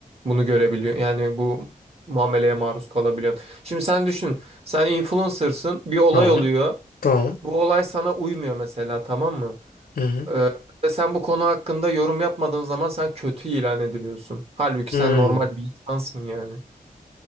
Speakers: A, on the right; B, on the left.
A: bunu görebiliyor. Yani bu muameleye maruz kalabiliyorsun. Şimdi sen düşün. Sen influencer'sın. Bir olay
B: tamam,
A: oluyor.
B: tamam.
A: Bu olay sana uymuyor mesela tamam mı?
B: Hı hı.
A: Ee, ve sen bu konu hakkında yorum yapmadığın zaman sen kötü ilan ediliyorsun. Halbuki
B: Hmm,
A: sen normal bir insansın yani.